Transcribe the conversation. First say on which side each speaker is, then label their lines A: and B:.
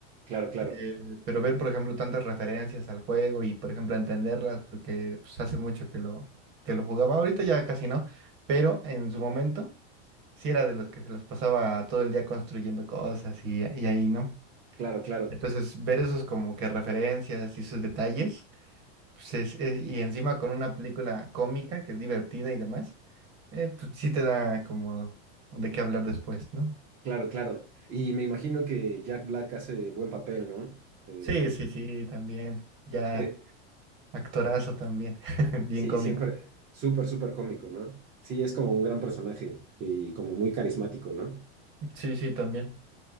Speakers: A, on the right; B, on the right.
A: Claro, claro,
B: Eh, pero ver, por ejemplo, tantas referencias al juego y, por ejemplo, entenderlas, porque pues, hace mucho que lo, que lo jugaba, ahorita ya casi no, pero en su momento sí era de los que se las pasaba todo el día construyendo cosas y, y ahí, ¿no?
A: claro, claro.
B: Entonces, ver esos como que referencias y esos detalles, pues, es- es- y encima con una película cómica que es divertida y demás, eh, pues sí te da como de qué hablar después, ¿no?
A: Claro, claro. Y me imagino que Jack Black hace buen papel, ¿no? Eh,
B: Sí,
A: es-
B: sí, sí, también, ya
A: eh,
B: actorazo también, <laughs> bien
A: sí,
B: cómico.
A: siempre súper, súper cómico, ¿no? Sí, es como un gran personaje y como muy carismático, ¿no?
B: Sí, sí, también.